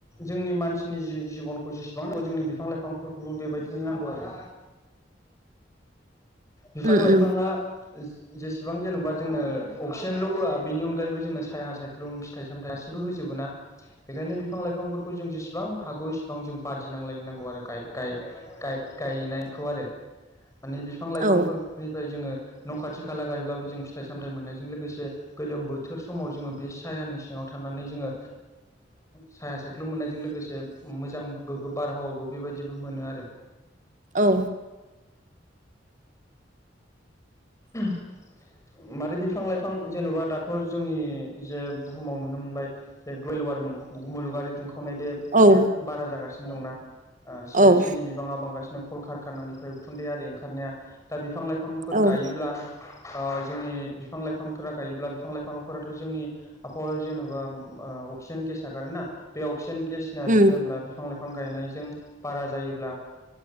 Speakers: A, on the left; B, on the right.
A: जोंनि मानसिनि जिबनखौ जों जेसेबां नांगौ जोंनि बिफां लाइफांफोरखौबो बेबायदिनो नांगौ आरो बिफां
B: उम
A: लाइफाङा
B: उम
A: जेसेबां जेन'बा जोंङो अक्सिजेनल' होआ बेनि अनगायैबो जोंङो साया सायख्लुम फिथाइ सामथाइ गासिबो होजबोना बेखायनो बिफां लाइफांफोरखौ जों जेसेबां हागौ इसेबां जों बादिनांलायनांगौ आरो गाय गायनायखौ आरो माने बिफां लाइफांफोरनिफ्राय
B: औ
A: जोङो न' खाथि खाला गायब्लाबो जों फिथाइ सामथाय मोननायजों लोगोसे गोलोम बोथोर समाव जोङो बे सायहानि सिङाव थांनानै जोङो साया सायख्लुम ख्लुम मोननायजों लोगोसे मोजां गोग्गो बारहावाबो बेबायदिबो मोनो आरो
B: औ
A: <inaudible> मारै बिफां लाइफां जेन'बा दाथ' जोंनि जे बुहुमाव नुनो मोनबाय जे ग्लबेल वार्मिं मलुगारि दुं- खननाय बे
B: औ
A: बिराद बारा जागासिनो दंना सि
B: औ
A: एफ सि नि बिबाङा बांगासिनो बिदिनो कलकार खानानिफ्राय उखुन्दै आरो ओंखारनाया दा बिफां लाइफांफोर
B: औ
A: गायोब्ला ओ जोंनि बिफां लाइफांफोरा गायोब्ला बिफां लाइफांफोराथ' जोंनि आबहावायाव जेन'बा अक्सिजेन गेस आगारोना बे अक्सि- -जेन गेसनिया
B: उम
A: जेब्ला बिफां लाइफां गायनायजों बारा जायोब्ला